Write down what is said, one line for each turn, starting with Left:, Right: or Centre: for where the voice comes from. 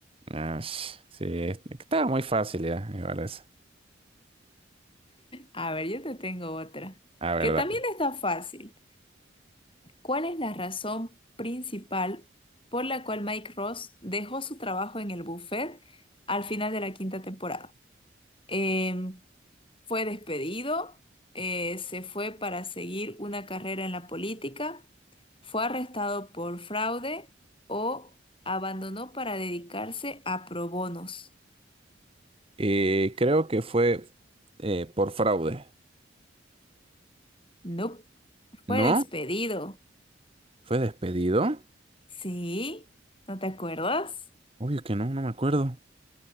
Right: Ah, sh- sí, estaba muy fácil ya, me parece.
Left: A ver, yo te tengo otra,
Right: A ver,
Left: que
Right: dale.
Left: también está fácil. ¿Cuál es la razón principal por la cual Mike Ross dejó su trabajo en el buffet al final de la quinta temporada? Em, ¿fue despedido? Eh, ¿se fue para seguir una carrera en la política? ¿Fue arrestado por fraude o abandonó para dedicarse a pro bonos?
Right: Eh, creo que fue eh, por fraude.
Left: No, fue
Right: ¿No?
Left: despedido.
Right: ¿Fue despedido?
Left: ¿Sí? ¿No te acuerdas?
Right: Obvio que no, no me acuerdo.